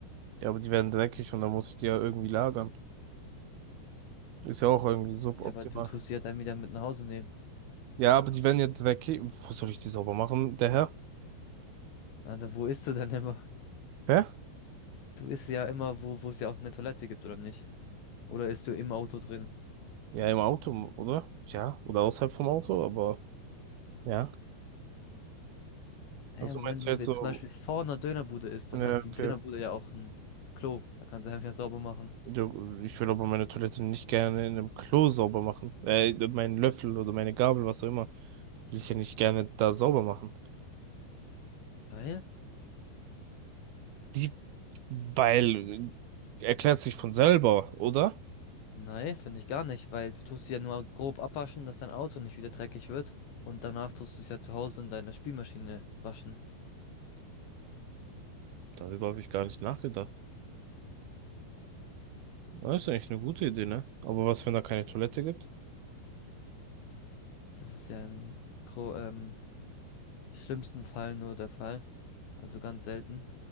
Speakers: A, on the right (about 70°); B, on the left (about 80°).
A: Ja, aber die werden dreckig und dann muss ich die ja irgendwie lagern. Ist ja auch irgendwie suboptimal.
B: Ja, aber du tust sie ja dann wieder mit nach Hause nehmen.
A: Ja, aber die werden ja dreckig. Wo soll ich die sauber machen, der Herr?
B: Alter, wo isst du denn immer?
A: Hä?
B: Du isst ja immer, wo, wo es ja auch eine Toilette gibt, oder nicht? Oder isst du im Auto drin?
A: Ja, im Auto, oder? Ja, oder außerhalb vom Auto, aber ja.
B: Hä,
A: Also
B: aber
A: meinst
B: wenn du
A: du
B: jetzt
A: jetzt so,
B: zum Beispiel vor einer Dönerbude isst,
A: ja,
B: dann hat die
A: okay.
B: Dönerbude ja auch ein Klo. Da kannst du einfach sauber machen.
A: Ja, Ich will aber meine Toilette nicht gerne in einem Klo sauber machen. Äh, meinen Löffel oder meine Gabel, was auch immer, will ich ja nicht gerne da sauber machen.
B: Weil?
A: Die, weil, äh, erklärt sich von selber, oder?
B: Nein, finde ich gar nicht, weil du tust sie ja nur grob abwaschen, dass dein Auto nicht wieder dreckig wird. Und danach tust du es ja zu Hause in deiner Spülmaschine waschen.
A: Darüber habe ich gar nicht nachgedacht. Das ist eigentlich eine gute Idee, ne? Aber was, wenn da keine Toilette gibt?
B: Das ist ja im gro ähm, schlimmsten Fall nur der Fall. Also ganz selten.